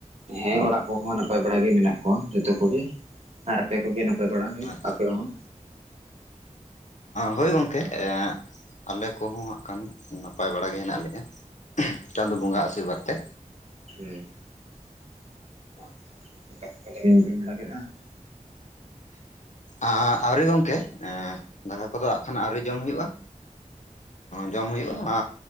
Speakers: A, on the right; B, on the left.
A: ᱦᱮᱸ ᱚᱲᱟᱜ ᱠᱚ ᱦᱚᱸ ᱱᱟᱯᱟᱭ ᱵᱟᱲᱟ ᱜᱮ ᱢᱮᱱᱟᱜ ᱠᱚᱣᱟ ᱡᱚᱛᱚ ᱠᱚᱜᱮ᱾ ᱟᱨ ᱟᱯᱮ ᱠᱚᱜᱮ ᱱᱟᱯᱟᱭ ᱵᱟᱲᱟ ᱜᱮ
B: ᱟᱪᱪᱷᱟ
A: ᱟᱯᱮ ᱦᱚᱸ?
B: ᱦᱳᱭ ᱜᱚᱝᱠᱮ ᱮᱸ ᱟᱞᱮ ᱠᱚᱦᱚᱸ ᱦᱟᱜ ᱠᱷᱟᱱ ᱱᱟᱯᱟᱭ ᱵᱟᱲᱟ ᱜᱮ ᱦᱮᱱᱟᱜ ᱞᱮᱭᱟ᱾ ᱪᱟᱸᱫᱚ ᱵᱚᱸᱜᱟᱣᱟᱜ ᱟᱥᱤᱨᱵᱟᱫᱽ ᱛᱮ᱾
A: <unintelligible>
B: ᱟᱻ ᱟᱣᱨᱤ ᱜᱚᱝᱠᱮ ᱮᱸ ᱫᱟᱠᱟ ᱠᱚᱫᱚ ᱟᱜ ᱠᱷᱟᱱ ᱟᱹᱣᱨᱤ ᱡᱚᱢ ᱦᱩᱭᱩᱜᱼᱟ᱾ ᱡᱚᱢ ᱦᱩᱭᱩᱜᱼᱟ ᱟᱻ